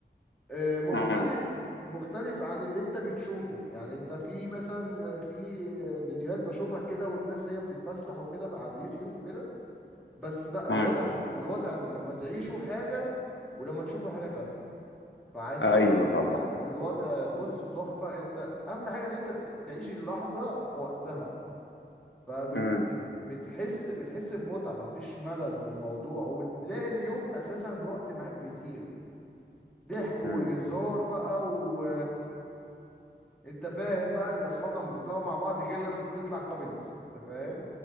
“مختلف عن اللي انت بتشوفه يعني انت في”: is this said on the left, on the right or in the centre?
Centre